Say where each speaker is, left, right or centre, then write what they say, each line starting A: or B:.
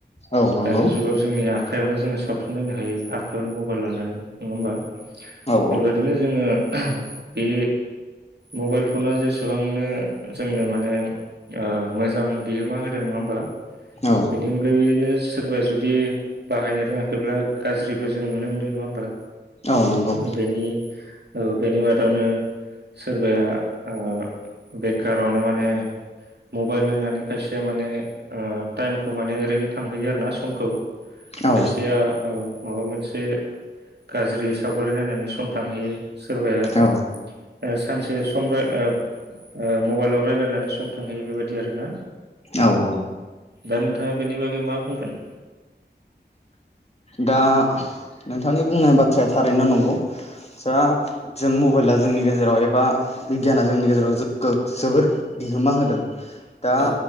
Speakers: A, on the left; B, on the right.
A: औ नंगौ
B: दानि जुगाव जोंनिया आखाइयावनो जोङो सावथुन नायनो हायो। आखाइायावनो मबाइल लानानै नङा होमबा?
A: औ
B: बेबादिनो
A: औ
B: जोंङो बे मबाइल फना जेसेबांनो जोंनो माने मोजां ओ बिहोमा होदों नङा होमबा?
A: औ
B: बिनि अनगायै बिदिनो सोरबाया जुदि बाहायनो रोङाखैब्ला गाज्रिबो जों नुनो मोनदों नङा होमबा?
A: औ नंगौ
B: बेनि ओ बेनि मादावनो सोरबाया आ बेकारावनो माने मबाइल नायनानै खायसेया माने ओ टाइमखौ माने ओरैनो थांहैयो आरो ना समखौ।
A: औ
B: खायसेया औ माबा मोनसे गाज्रि सावगारि नायनानै स सम थांहैयो। सोरबाया
A: औ
B: सानसे सम रा ओ ओ मबाइलाव रायलायनानै सम थांहैयो बेबायदि आरो ना।
A: औ औ।
B: दा नोंथाङा बेनि बागै मा बुंगोन?
A: दा नोंथांनि बुंनाय बाथ्राया थारैनो नंगौ। जा जों मबाइला जोंनि गेजेराव एबा बिगियाना जोंनि गेजेराव गो जोबोर बिहोमा होदों। दा
B: औ